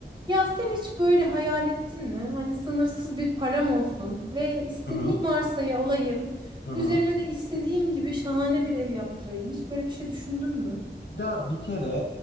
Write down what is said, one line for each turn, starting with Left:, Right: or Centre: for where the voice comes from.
Right: Ya sen hiç böyle hayal ettin mi? Hani sınırsız bir param olsun ve istediğim
Left: Hı hı.
Right: arsayı alayım.
Left: Hı hı.
Right: Üzerine de istediğim gibi şahane bir ev yaptırayım. Hiç böyle bir şey düşündün mü?
Left: Ya bir kere